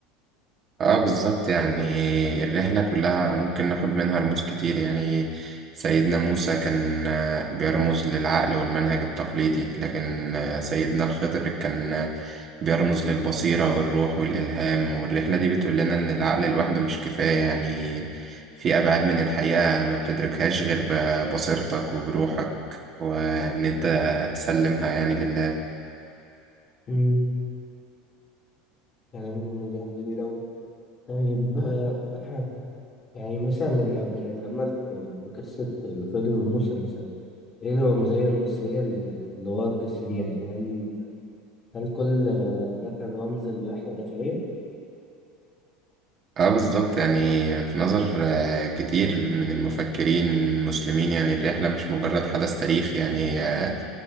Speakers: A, on the right; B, on the left.
A: آه، بالظبط يعني الرحلة كلها ممكن ناخد منها رموز كتير يعني سيدنا موسى كان آه، بيرمز للعقل والمنهج التقليدي لكن آه، سيدنا الخضر كان بيرمز للبصيرة والروح والإلهام والرحلة دي بتقول لنا إن العقل لوحده مش كفاية يعني في أبعاد من الحقيقة ما بتدركهاش غير ببصيرتك وبروحك وإن أنت تسلمها يعني لله
B: مم، كلام جميل أوي طيب آه، <clears throat> يعني مثلا لما بنتأمل في في قصة الخضر وموسى مثلا ايه الرمزية النسية اللي ورا القصة دي يعني هل هل كل آه، ده كان رمز لرحلة داخلية؟
A: اه بالظبط يعني في نظر آه، كتير من المفكرين المسلمين يعني الرحلة مش مجرد حدث تاريخي يعني هي